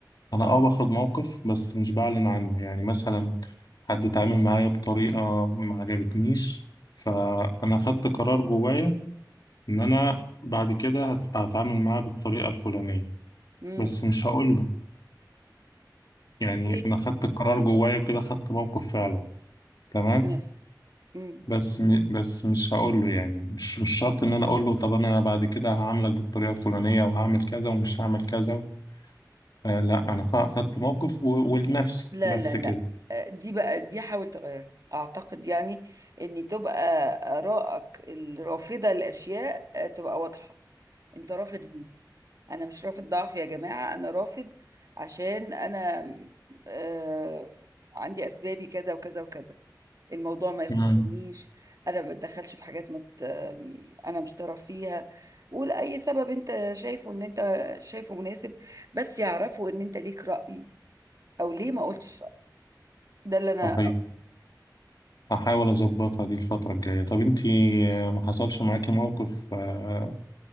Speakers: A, on the left (about 60°); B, on the right (about 50°).
A: انا اه باخد موقف بس مش بعلن عنه يعني مثلا حد اتعامل معايا بطريقة ما عجبتنيش فانا خدت قرار جوايا ان انا بعد كده هت- هتعامل معاه بالطريقة الفلانية
B: امم
A: بس مش هقول له يعني
B: ايه
A: انا خدت القرار جوايا كده خدت موقف فعلا تمام
B: نف امم
A: بس م... بس مش هقول له يعني مش مش شرط ان انا اقول له طب انا بعد كده هعاملك بالطريقة الفلانية وهعمل كذا ومش هعمل كذا آه لا انا فا- خدت موقف و... ولنفسي
B: لا
A: بس
B: لا لا
A: كده
B: آه، دي بقى دي حاول تغيرها اعتقد يعني ان تبقى ارائك الرافضه للاشياء آه، تبقى واضحه انت رافض انا مش رافض ضعف يا جماعة انا رافض عشان انا آه عندي اسبابي كذا وكذا وكذا الموضوع ما يخصنيش
A: امم
B: انا ما بتدخلش في حاجات ما ت- انا مش طرف فيها قول اي سبب انت شايفه ان انت شايفه مناسب بس يعرفوا ان انت ليك رأي او ليه ما قلتش رأي ده اللي
A: صحيح
B: انا اقصده
A: هحاول اظبطها دي الفترة الجاية طب انتي آه، ما حصلش معاكي موقف آه،